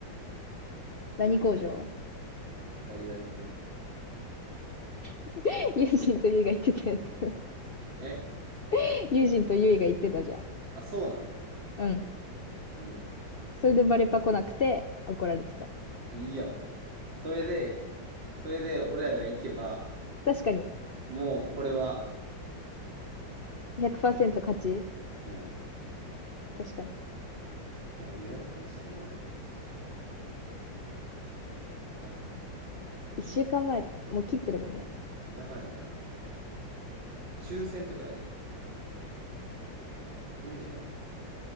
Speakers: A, on the left; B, on the right.
A: 何工場
B: ガリガリ君。
A: <laughs> 友人とゆいが言ってたやつ。
B: え
A: <laughs> 友人とゆいが言ってたじゃん。
B: あ、そうなん
A: うん。
B: いいやん。
A: それでバレパ来なくて怒られてた。
B: いいやん。それで、それで俺らが行けば、
A: 確かに。
B: もうこれは、
A: 100%勝ち。
B: うん。
A: 確かに。
B: でも予約してないとさ、あかんくない
A: 1週間前、もう切ってるもんね。
B: やばいやろ、これ多分。抽選とかやで。無理じゃない